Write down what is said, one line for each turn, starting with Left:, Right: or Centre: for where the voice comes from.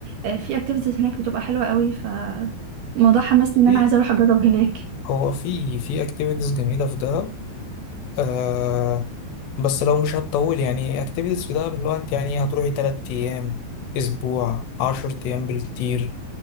Right: آه في اكتيفيتيز هناك بتبقى حلوه قوي فالموضوع حمسني ان
Left: إيه؟
Right: انا عايزه اروح اجرب هناك
Left: هو في في اكتيفيتيز جميلة في دهب آه بس لو مش هتطول يعني اكتيفيتيز في دهب اللي هو انت يعني هتروحي تلات أيام أسبوع عشر أيام بالكتير